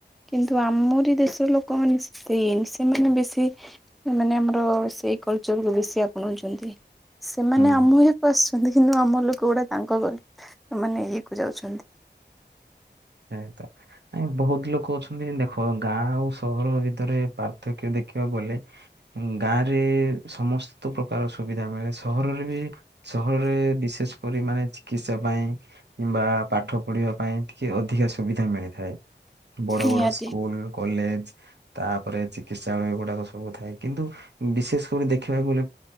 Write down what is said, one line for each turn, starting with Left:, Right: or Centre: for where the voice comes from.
Centre: କିନ୍ତୁ ଆମରି ଦେଶର ଲୋକମାନେ ସେ ସେମାନେ ବେଶୀ ଏମାନେ ଆମର ସେଇ କଲଚରକୁ ବେଶି ଆପଣାଉଛନ୍ତି। ସେମାନେ
Right: ହୁଁ
Centre: ଆମ ଇଏକୁ ଆସୁଛନ୍ତି କିନ୍ତୁ ଆମ ଲୋକ ଗୁଡା ତାଙ୍କ ଗଳି ସେମାନେ ଇଏକୁ ଯାଉଛନ୍ତି।
Right: ଏଇଆତ। ଏ ବହୁତ ଲୋକ ଅଛନ୍ତି ଦେଖ ଗାଁ ଆଉ ସହର ଭିତରେ ପାର୍ଥକ୍ୟ ଦେଖିବାକୁ ଗଲେ ଗାଁ ରେ ସମସ୍ତ ପ୍ରକାର ସୁବିଧା ମିଳେ ସହରରେ ବି ସହରରେ ବିଶେଷ କରି ମାନେ ଚିକିତ୍ସା ପାଇଁ କିମ୍ବା ପାଠ ପଢିବା ପାଇଁ କି ଅଧିକା ସୁବିଧା ମିଳିଥାଏ। ବଡ
Centre: ନିହାତି
Right: ବଡ ସ୍କୁଲ କଲେଜ ତାପରେ ଚିକିତ୍ସାଳୟ ଗୁଡାକ ସବୁ ଥାଏ କିନ୍ତୁ ବିଶେଷ କରି ଦେଖିବାକୁ ଗଲେ